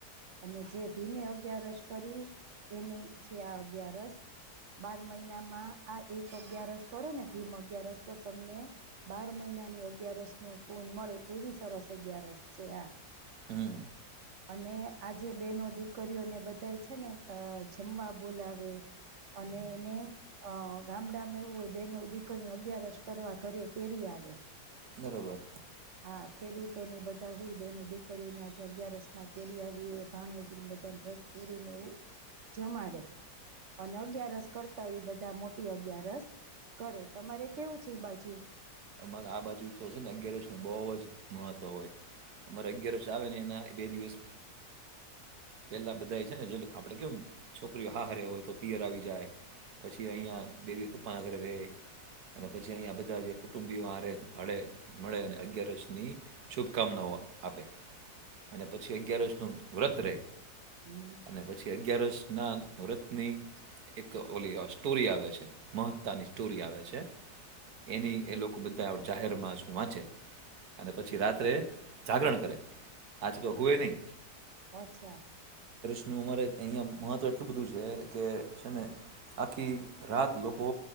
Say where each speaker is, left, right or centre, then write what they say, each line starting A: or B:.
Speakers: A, on the right; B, on the right.
A: અને જે ભીમે અગિયારસ કેરી એની છે આ અગિયારસ બાર મહિનામાં આ એક અગિયારસ કરો ને ભીમ અગિયારસ તો તમને બાર મહિનાની અગિયારસનું પૂન મળે એવી સરસ અગિયારસ છે આ
B: હમ
A: અને આજે બેનો દીકરીઓને બધાય છે ને અ જમવા બોલાવે અને એને અ ગામડા એવું હોય બનો દીકરી ન અગિયારસ કરવા ઘરે તેડી આવે
B: બરોબર
A: હા ખેડૂતો ની બધા હોય બહેન દીકરીઓને આજે અગિયારસ માં તેડી આવી એ ભાણેજ બધા ને રસ પૂરીને એવું જમાડે અને અગિયારસ કરતા એ બધા મોટી અગિયારસ કરે તમારે કેવું છે એ બાજુ
B: મારે આ બાજુ તો છે ને અગિયાર રસ નુ બહુ જ મહત્વ હોય અમારે અગિયાર આવે ને એના બે દિવસ પેલા બધા છે ને જે આપડે કેમ છોકરીઓ હારે હોય તો પિયર આવી જાય પછી અહિયાયા બે કોપ્પા આગડ રહે અને પછી અહિયાયા બધા જે કુટુંબી મળે મળે અને અગિયારસની શુભકામનાઓ આપે અને પછી અગ્યયાર વર્ષ નું વ્રત રે
A: હમ
B: અને પછી અગિયારસ કૃષ્ણ વ્રતની એક ઓલી સ્ટોરી આવે છે મહત્તાની સ્ટોરી આવે છે એની એ લોકો બધા જાહેર માં શું વાંચે અને પછી રાત્રે જાગરણ કરે આજ કોઈ હુએય નહી
A: અચ્છા
B: નું અમારે અહિયાં મહત્વ એટલું બધું છે કે છે ને આખી રાત લોકો